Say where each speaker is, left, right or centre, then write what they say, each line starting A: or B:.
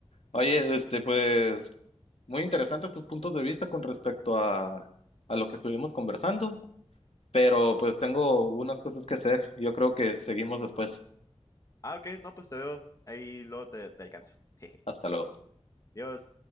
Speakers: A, on the left; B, on the left.
A: Oye, este, pues, muy interesantes tus puntos de vista con respecto a, a lo que estuvimos conversando, pero pues tengo unas cosas que hacer. Yo creo que seguimos después.
B: Ah, ok, no, pues te veo. Ahí luego te, te alcanzo. <laughs> Jeje.
A: Hasta luego.
B: Adiós.